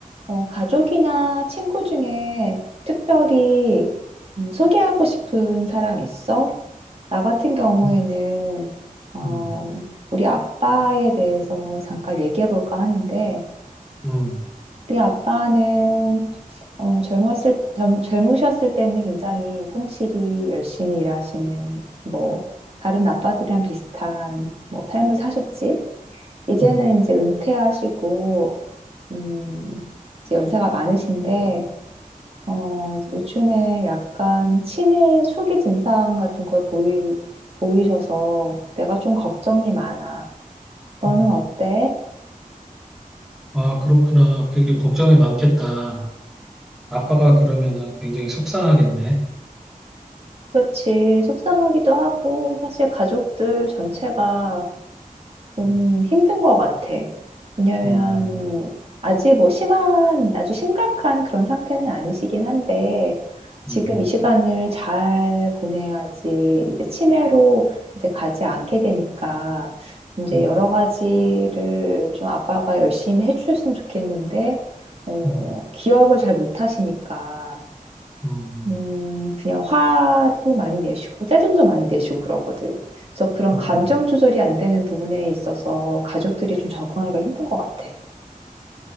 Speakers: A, on the right (about 45°); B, in the centre.
A: 어, 가족이나 친구 중에 특별히 음, 소개하고 싶은 사람 있어? 나 같은 경우에는
B: 음,
A: 어,
B: 음,
A: 우리 아빠에 대해서 잠깐 얘기해 볼까 하는데
B: 음,
A: 우리 아빠는 어, 젊었을 젊, 젊으셨을 때는 굉장히 성실히 열심히 일하시는 뭐 다른 아빠들이랑 비슷한 뭐 삶을 사셨지. 이제는
B: 음,
A: 이제 은퇴하시고 음, 이제 연세가 많으신데 어, 요즘에 약간 치매 초기 증상 같은 걸 보이, 보이셔서 내가 좀 걱정이 많아. 너는
B: 음.
A: 어때?
B: 아, 그렇구나. 그게 걱정이 많겠다. 아빠가 그러면은 굉장히 속상하겠네.
A: 그렇지. 속상하기도 하고, 사실 가족들 전체가 좀
B: 음,
A: 힘든 것 같아. 왜냐면,
B: 음,
A: 아직 뭐 심한, 아주 심각한 그런 상태는 아니시긴 한데, 지금
B: 음,
A: 이 시간을 잘 보내야지, 이제 치매로 이제 가지 않게 되니까, 이제
B: 음,
A: 여러 가지를 좀 아빠가 열심히 해주셨으면 좋겠는데, 어,
B: 음,
A: 기억을 잘 못하시니까,
B: 음.
A: 음, 그냥 화도 많이 내시고 짜증도 많이 내시고 그러거든. 그래서 그런
B: 그렇구나.
A: 감정 조절이 안 되는 부분에 있어서 가족들이 좀 적응하기가 힘든 것 같아.